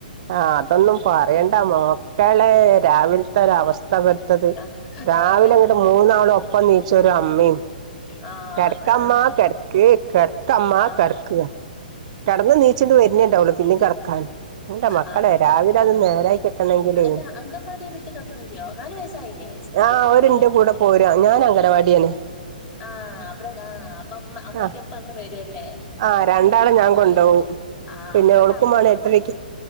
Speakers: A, on the right (about 45°); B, on the left (about 35°).
A: ആഹ് അതൊന്നും പറയണ്ടാ മോ ക്കളേ രാവിലത്തെ ഒരവസ്ഥ ഇവട്ത്തത്
B: ആഹ്
A: രാവിലെ
B: അവര്
A: അങ്ങട്ട് മൂന്നാളും ഒപ് പ്പം നീച്ചൊരമ്മയും
B: ആഹ്
A: കെടക്കമ്മാ
B: അതാണ്
A: കെട് ക്ക് കെടത്തമ്മാ
B: ആഹ്
A: കെടക്കാ കെടന്ന്ണീച്ച്ണ്ട് വെര്ന്നെ ഇണ്ടാവുള്ളു പിന്നേം കെടക്കാന് എന്റെ മക്കളെ
B: ആഹ് കിടക്കാണ്
A: രാവിലെ അത് നേരായി കിട്ടണെങ്കിലേ
B: അല്ല അംഗൻവാടി വിട്ട് തുടങ്ങിയില്ലയോ നാല് വയസ്സായില്ലേ സ്കൂളിൽ
A: ആഹ്
B: പോകുന്നുണ്ടോ?
A: ഓരെന്റെ കൂടെ പോരാ ഞാൻ അംഗനവാടിയാണ്
B: ആഹ് അവിടെ ആഹ് അപ്പ അമ് അമ്മയ്ക്കൊപ്പം
A: ആഹ്
B: അങ്ങ് വരുവല്ലേ
A: ആഹ് രണ്ടാളെ
B: അപ്പ
A: ഞാൻ കൊണ്ടോവും
B: ആഹ്
A: പിന്നെ
B: അപ്പഴവിടെയും
A: ഓൾക്കും വേണം എട്ടരക്ക്
B: ആഹ്